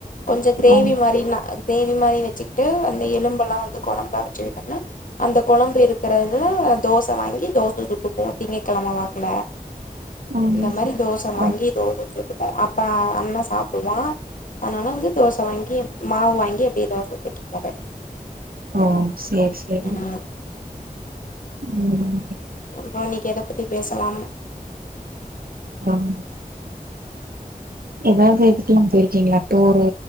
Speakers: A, on the left; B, on the right.
A: கொஞ்ச கிரேவி
B: ம்
A: மாரினா அ கிரேவி மாரி வச்சிக்ட்டு அந்த எலும்பலா வந்து கொழம்பா வச்சுவிட்டம்னா அந்த கொழம்பு இருக் க்றதுல தோச வாங்கி தோச சுட்டுப்போ திங்க கெழம வாக்ல
B: ம்
A: இந்த மாரி தோச
B: கோ
A: வாங்கி தோச சுட்டுப்போ அப்ப அண்ணா சாப்டுவா அதனால வந்து தோச வாங்கி மாவு வாங்கி அப்டியே தோச சுட்டுப்பாங்க
B: ஆம் சேர் சேரி
A: ம்
B: ம்
A: அப்றோ இன்னக்கி எத பத்தி பேசலாம்
B: மம் எதாது இதுக்லா போய்ருக்கீங்ளா டூரு